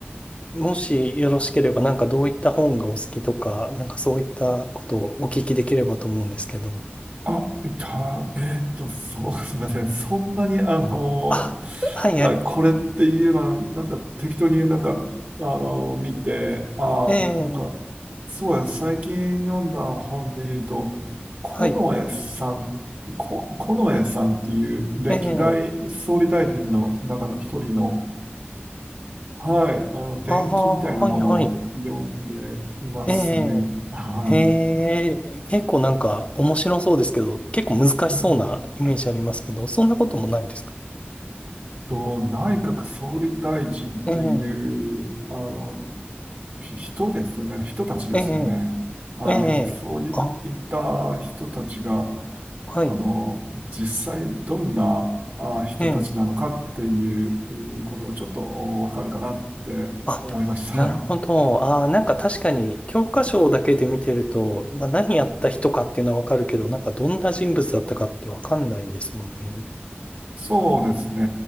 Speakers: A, on the left (about 30°); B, on the right (about 45°).
A: もしよろしければ、なんかどういった本がお好きとか、なんかそういったことをお聞きできればと思うんですけど。
B: あ、いた、えーっと、そう、<laughs> すみません。そんなに、あの、
A: あ、はいはい。
B: あ、これっていうのは、なんか適当になんか、あの、見て、あ、
A: ええ
B: なんか、そうや、最近読んだ本で言うと、近衛さん、
A: はい。
B: こ、近衛さんっていう歴代総理大臣の中の一人の、
A: ええ。
B: はい、あの、伝記みたいなものを読んでいますね。
A: ああ、はいはい。え
B: はい。
A: え。へえ。結構なんか面白そうですけど、結構難しそうなイメージありますけど、
B: うん
A: そんなこともないんですか
B: と、内閣総理大臣っていう、
A: ええ。
B: あの、ひ人ですよね。人たちですよね。
A: ええ。
B: はい。
A: ええ。
B: そういった人たちが、
A: あ、はい。
B: あの、実際どんなあ人たちなのかっていううんことがちょっとおわかるかなって思いました。
A: ええ。あ、なるほど。ああ、なんか確かに教科書だけで見てると、まあ何やった人かっていうのはわかるけど、なんかどんな人物だったかってわかんないですもんね。
B: <laughs> そうですね。